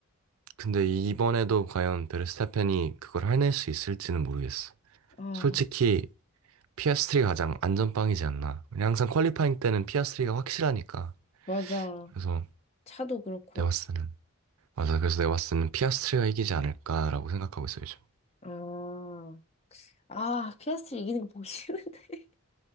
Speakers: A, on the right; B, on the left.
A: 근데 이번에도 과연 베르스타펜이 그걸 해낼 수 있을지는 모르겠어.
B: 아,
A: 솔직히 피아스트리가 가장 안전빵이지 않나. 그냥 항상 퀄리파잉 때는 피아스트리가 확실하니까.
B: 맞아.
A: 그래서
B: 차도 그렇고.
A: 내가 봤을 때는 맞아. 그래서 내가 봤을 때는 피아스트리가 이기지 않을까라고 생각하고 있어 요즘.
B: 아, 아, 피아스트리 이기는 거 보기 싫은데. <laughs>